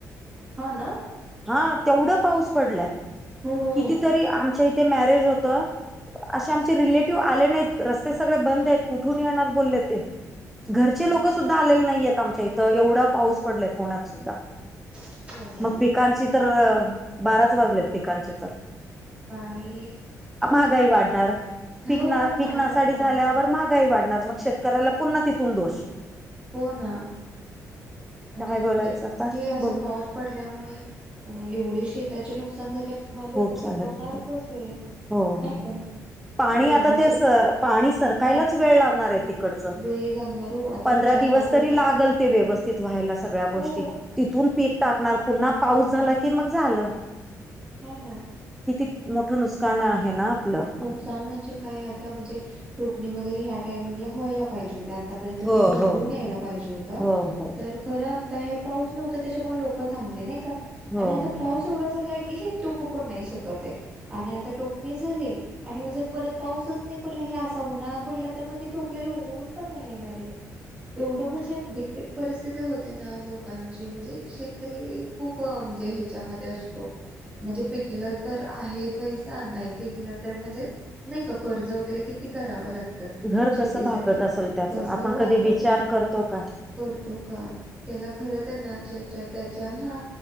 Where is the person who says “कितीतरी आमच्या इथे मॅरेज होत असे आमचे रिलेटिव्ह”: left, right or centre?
Centre